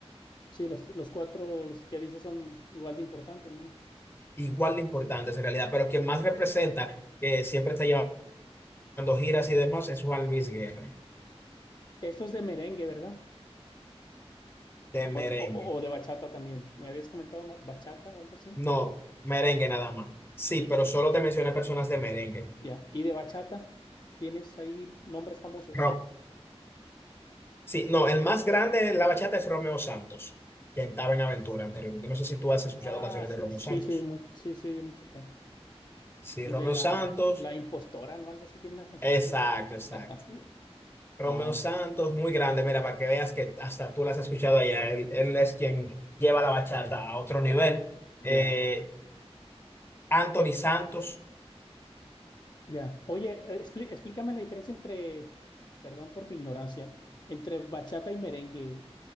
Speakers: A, on the left; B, on the left.
A: sí, los, los cuatro, los que dices son igual de importantes, ¿no?
B: Igual de importantes en realidad, pero quien más representa, que siempre está llevando giras y demás, es Juan Luis Guerra,
A: Esto es de merengue, ¿verdad?
B: de merengue.
A: O, o- o de bachata también. Me habías comentado ma- bachata o algo así.
B: No, merengue nada más. Sí,
A: Y
B: pero solo te mencioné personas de merengue.
A: ya. Y de bachata, ¿tienes ahí nombres famosos?
B: Rock. Sí, no, el más grande de la bachata es Romeo Santos, que estaba en Aventura anteriormente. No sé si tú has escuchado
A: Ah,
B: canciones
A: sí,
B: de Romeo
A: sí,
B: Santos.
A: se oye mu- sí, se oye mucho acá.
B: Sí,
A: El
B: Romeo
A: de la,
B: Santos,
A: la impostora, ¿no? Algo así tiene una canción
B: exacto,
A: que se llama.
B: exacto.
A: <laughs>
B: Romeo
A: Ah,
B: Santos, muy grande, mira, para que veas que hasta tú las has escuchado allá. Él, él es quien lleva la bachata a otro nivel. Eh,
A: ya,
B: Anthony Santos,
A: ya. Oye, eh, explí- explícame la diferencia entre, perdón por mi ignorancia, entre bachata y merengue.